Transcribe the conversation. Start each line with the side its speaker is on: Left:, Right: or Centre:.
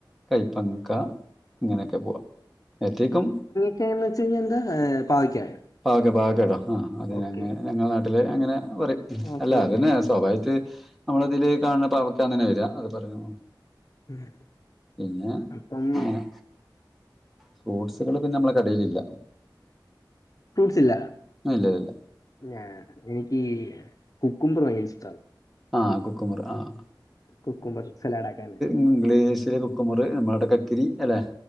Centre: കൈപ്പങ്ങ്ക ഇങ്ങനെക്കെ പോവാ ഏറ്റേക്കും
Left: കേന്ന് വെച്ച് കഴിഞ്ഞാ എന്താ ഏഹ് പാവയ്ക്കായോ
Centre: പാവക്ക പാവക്കാട്ടാ ആഹ് അത്
Left: ഓക്കെ
Centre: ഞങ്ങേ ഞങ്ങള നാട്ടില് അങ്ങനെ പറയും
Left: ഓക്കെ
Centre: അല്ല
Left: ഓക്കെ
Centre: അതന്നെ സ്വാഭാവിയായിട്ട് നമ്മളിതില് കാണണ പാവക്കാന്നന്നെ വര്ആ അത് പറഞ്ഞൂ
Left: ഉം.
Centre: പിന്നെ
Left: അപ്പം
Centre: അങ്ങനെ ഫ്രൂട്ട്സുകള് പിന്നെ മ്മളെ കടയിലില്ല
Left: ഫ്രൂട്ട്സില്ല
Centre: ഇല്ല ഇല്ല ഇല്ല
Left: ഞാ എനിക്ക് കുക്കുമ്പർ ഭയങ്കര ഇഷ്ട്ടാ
Centre: ആഹ് കുക്കുമ്പർ ആഹ്
Left: കുക്കുബർ സലാഡ് ആക്കാനെ
Centre: ഇംഗ്ലീഷില് കുക്കുമ്പർ നമ്മളവ്ടെ കക്കിരി അല്ലെ